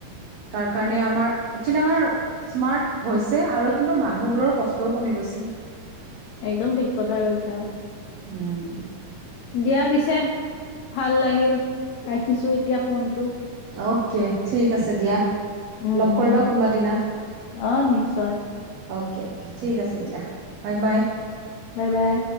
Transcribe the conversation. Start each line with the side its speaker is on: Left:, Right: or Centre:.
Right: তাৰ কাৰণে আমাৰ একছুৱালী আমাৰ স্মাৰ্ট হৈছে আৰু কিন্তু মানুহবোৰৰ কষ্ট টও কমি গৈছে।
Left: একদম ঠিক কথাই কৈছা।
Right: উম।
Left: দিয়া পিছে, ভাল লাগিল ৰাখিছো এতিয়া ফোনটো।
Right: অকে, ঠিক আছে দিয়া,
Left: উম
Right: লগ
Left: উম
Right: কৰিবা কোনবা দিনা।
Left: অ নিশ্চয়।
Right: অকে ঠিক আছে দিয়া, বাই
Left: উম
Right: বাই।
Left: Bye bye.